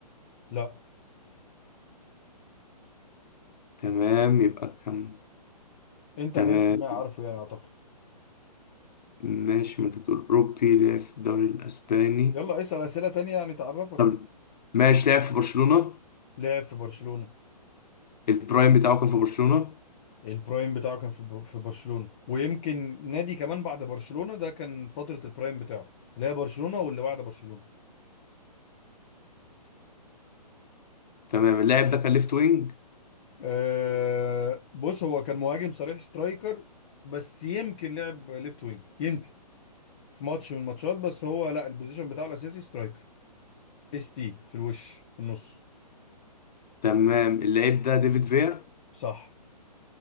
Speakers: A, on the left; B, on the left.
A: لا
B: تمام يبقى كان
A: انت
B: تمام
A: 100% عارفه يعني اعتقد
B: ماشي ما انت بتقول أوروبي لعب في الدوري الأسباني
A: يلا اسأل اسئلة تانية يعني تعرفك
B: طب ماشي لعب في برشلونة
A: لعب في برشلونة
B: البرايم بتاعه كان في برشلونة
A: البرايم بتاعه كان في البر- في برشلونة ويمكن نادي كمان بعد برشلونة ده كان فترة البرايم بتاعه اللي هي برشلونة واللي بعد برشلونة
B: تمام اللاعب ده كان ليفت وينج
A: أه بص هو كان مهاجم صريح سترايكر بس يمكن لعب ليفت وينج يمكن في ماتش من الماتشات بس هو لا البوزيشن بتاعه الاساسي سترايكر اس تي في الوش في النص
B: تمام اللاعب ده ديفيد فيا
A: صح